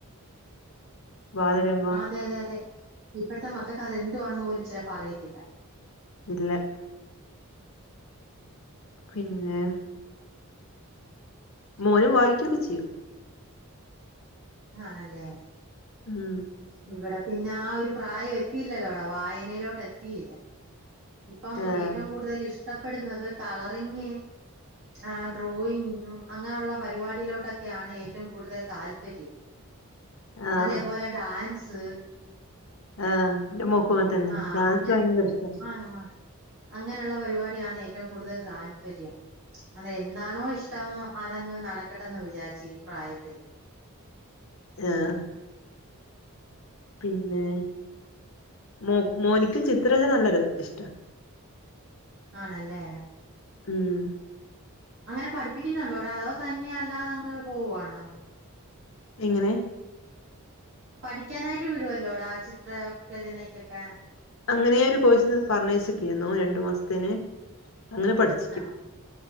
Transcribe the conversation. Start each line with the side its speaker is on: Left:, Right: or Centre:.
Left: ബാലരം
Right: അതെ അതെ അതെ ഇപ്പോഴത്തെ മക്കക്കതെന്തുവാണെന്ന് പോലും ചെലപ്പം അറിയത്തില്ല
Left: ഇല്ല പിന്നെ മോനും വായിക്കൊക്കെ ചെയ്യും
Right: ആണല്ലേ
Left: ഉം
Right: ഇവിടെ പിന്നെ ആ ഒരു പ്രായം എത്തിയില്ലല്ലോടാ വായനേലോട്ടെത്തിയില്ല ഇപ്പം
Left: ആഹ്
Right: ഏറ്റവും കൂടുതൽ ഇഷ്ടപ്പെടുന്നത് കളറിങ്ങ് ആഹ് ഡ്രോയിങ്ങും അങ്ങനൊള്ള പരിപാടിയിലോട്ടൊക്കെയാണ് ഏറ്റോം കൂടുതൽ താല്പര്യം
Left: ആഹ്
Right: അതേപോലെ ഡാൻസ്
Left: ആഹ് എന്റെ മോക്കും അങ്ങൻതന്നെ
Right: ആഹ്
Left: ഡാൻസ് ഭയങ്കര ഇഷ്ടാ
Right: ആഹ് അങ്ങനൊള്ള പരിപാടിയാണ് ഏറ്റോം കൂടുതൽ താല്പര്യം അത് എന്താണോ ഇഷ് ടം അതങ്ങ് നടക്കട്ടന്ന് വിചാരിച്ച് ഈ പ്രായത്തില്
Left: ആഹ് പിന്നെ മോ മോനിക്ക് ചിത്രരചന നല്ലൊരു ഇഷ്ടാ
Right: ആണല്ലേ
Left: ഉം
Right: അങ്ങനെ പഠിപ്പിക്കുന്നുണ്ടോടാ അതോ തന്നെ അല്ലാതങ്ങ് പോവാണോ
Left: എങ്ങനെ
Right: പഠിക്കാനായിട്ട് വിടുവല്ലോടാ ചിത്രാ രചനക്കക്കെ
Left: അങ്ങനെ ഒരു കോഴസ്ന്ന് പറഞ്ഞയ്ച്ചിക്കിരുന്നു രണ്ടു മാസത്തിന് അങ്ങനെ പഠിച്ച്
Right: ആഹ്